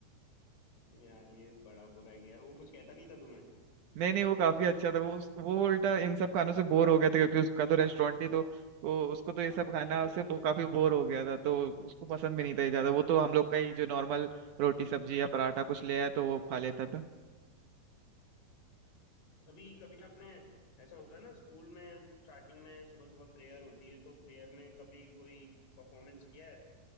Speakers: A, on the left (about 85°); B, on the right (about 65°).
A: यार ये बड़ा बुरा गया वो कुछ कहता नहीं था तुम्हें
B: नहीं नहीं वो काफी अच्छा था वो उस- वो उल्टा इन सब खानों से बोर हो गया था क्योंकि उसका तो रेस्टोरेंट ही तो वो उसको तो ये
A: हाँ
B: सब खाना
A: ये भी
B: से
A: है
B: वो काफी बोर हो गया था तो उसको पसंद भी नहीं था ये ज्यादा वो तो हम लोग का ही जो नॉर्मल रोटी सब्जी या पराठा कुछ ले आया तो वो खा लेता था
A: कभी कभी आपने ऐसा होता है ना स्कूल में स्टार्टिंग में सुबह सुबह प्रेयर होती है तो प्रेयर में कभी कोई परफॉर्मेंस किया है